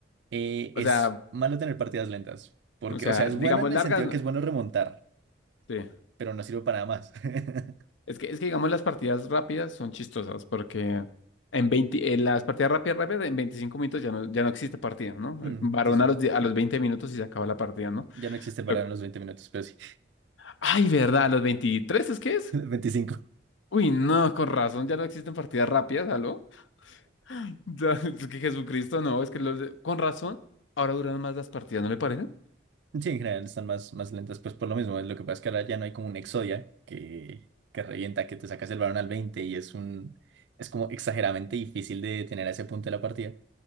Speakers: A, on the right; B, on the left.
A: Eh, es
B: O sea,
A: malo tener partidas lentas, porque,
B: o sea,
A: o sea, es
B: digamos
A: bueno en
B: largas,
A: el sentido
B: no-
A: que es bueno remontar,
B: sí.
A: pero no sirve para nada más. <laughs>
B: Es que, es que digamos las partidas rápidas son chistosas porque en 20, en las partidas rápidas, rápidas, en 25 minutos ya no, ya no existe partida, ¿no?
A: Mm,
B: Varón
A: sí, sí,
B: a los, die- a los 20 minutos y se acaba la partida, ¿no?
A: ya no existe el
B: Lo-
A: balón en los 20 minutos, pero sí,
B: Ay, ¿verdad? ¿A los 23 es que
A: <laughs>
B: es?
A: veinticinco.
B: Uy, no, con razón, ya no existen partidas rápidas, ¿aló? <laughs> Ya, Es que Jesucristo, no, es que los de- con razón, ahora duran más las partidas, ¿no le parece?
A: Sí, en general están más, más lentas, pues por lo mismo. Lo que pasa es que ahora ya no hay como un Exodia que, que revienta, que te sacas el balón al 20 y es un, es como exageradamente difícil de tener a ese punto de la partida.